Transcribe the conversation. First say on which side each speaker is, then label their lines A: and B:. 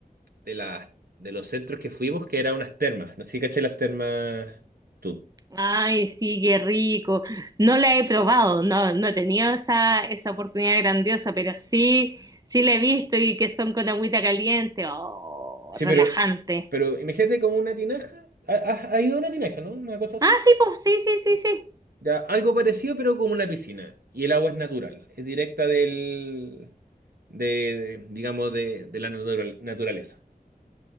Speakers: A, on the right; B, on the right.
A: de las, de los centros que fuimos, que era unas termas, no sé si cachai las termas tú.
B: Ay, sí, qué rico. No la he probado, no, no he tenido esa, esa oportunidad grandiosa, pero sí, sí la he visto y que son con agüita caliente, oh,
A: Sí,
B: relajante.
A: pero, pero imagínate como una tinaja, ¿Ha- ¿has, has ido a una tinaja, ¿no? Una cosa así.
B: Ah, sí, pues, sí, sí, sí, sí.
A: Ya, algo parecido, pero como una piscina. Y el agua es natural, es directa del, de, de, digamos, de, de la natural- naturaleza.